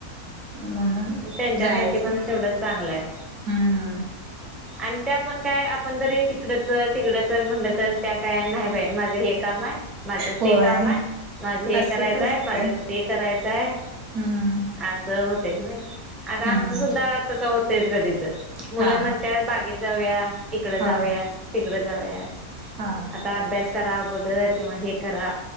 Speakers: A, on the right; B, in the centre.
A: म्हणून
B: त्यांच्यासाठी
A: जायचं
B: पण तेवढंच चांगल हाय.
A: हम्म.
B: आणि त्यापण काय आपण जरी तिकडं चल, तिकडं चल म्हटलं तर त्या काय नाही बाई माझ हे काम हाय. माझं
A: होय
B: ते काम हाय. माझं हे
A: तसच
B: करायचंय,
A: असतंय
B: माझं ते करायचंय
A: हम्म.
B: असं होतय कणी, आता
A: हम्म
B: आमचं सुद्धा तसं होतयच कधी तर मुलं
A: हा
B: म्हण
A: हा
B: त्यात बागेत जाऊया. इकडे जाऊया.
A: हा
B: तिकडे जाऊया.
A: हा हा
B: आता अभ्यास करा अगोदर किंवा हे करा,